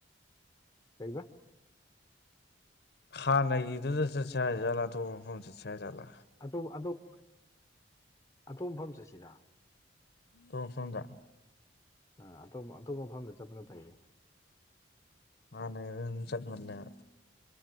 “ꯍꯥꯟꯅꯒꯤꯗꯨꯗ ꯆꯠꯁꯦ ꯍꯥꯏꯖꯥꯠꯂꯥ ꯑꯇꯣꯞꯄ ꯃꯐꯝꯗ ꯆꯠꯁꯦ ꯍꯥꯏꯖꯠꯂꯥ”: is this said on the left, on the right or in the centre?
Left